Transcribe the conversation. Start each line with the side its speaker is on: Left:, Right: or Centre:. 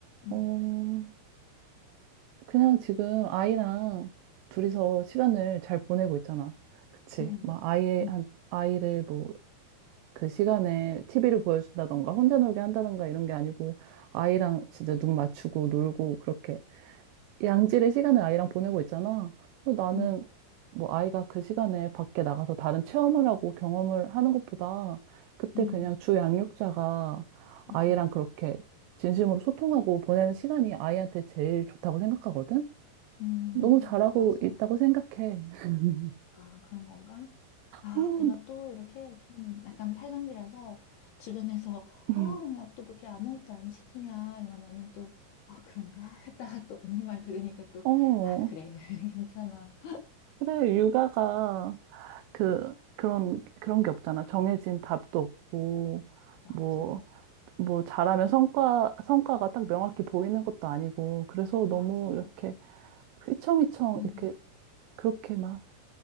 Left: 음,
Right: 어, 그냥 지금 아이랑 둘이서 시간을 잘 보내고 있잖아. 그치.
Left: 음,
Right: 막 아이,
Left: 음,
Right: 한, 아이를 뭐 그 시간에 티비를 보여준다던가 혼자 놀게 한다던가 이런 게 아니고 아이랑 진짜 눈 맞추고 놀고 그렇게 양질의 시간을 아이랑 보내고 있잖아. 그래서 나는
Left: 음,
Right: 뭐 아이가 그 시간에 밖에 나가서 다른 체험을 하고 경험을 하는 것보다 그때
Left: 음,
Right: 그냥 주 양육자가 아이랑
Left: 음,
Right: 그렇게 진심으로 소통하고 보내는 시간이 아이한테 제일 좋다고 생각하거든.
Left: 음,
Right: 너무 잘하고
Left: 맞아.
Right: 있다고 생각해. <laughs>
Left: 아, 그런 건가? 아,
Right: 어,
Left: 내가 또 이렇게 좀 약간 팔랑귀라서 주변에서 <laughs>
Right: 응.
Left: 어, 왜 또 그렇게 아무것도 안 시키냐 이러면은 또 아, 그런가? <laughs> 했다가 또 언니 말 들으니까 또
Right: 어,
Left: 아, 그래. <laughs> 괜찮아.
Right: 그래, 육아가 그, 그런, 그런 게 없잖아. 정해진 답도 없고,
Left: 맞아.
Right: 뭐, 뭐, 잘하면 성과, 성과가 딱 명확히 보이는 것도 아니고, 그래서 너무
Left: 맞아.
Right: 이렇게 휘청휘청,
Left: 음,
Right: 이렇게, 그렇게 막,